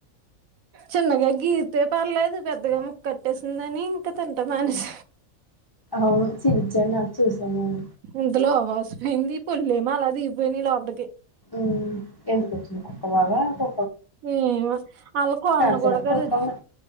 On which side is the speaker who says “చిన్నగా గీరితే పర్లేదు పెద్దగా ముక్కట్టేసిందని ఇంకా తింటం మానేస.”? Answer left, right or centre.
Right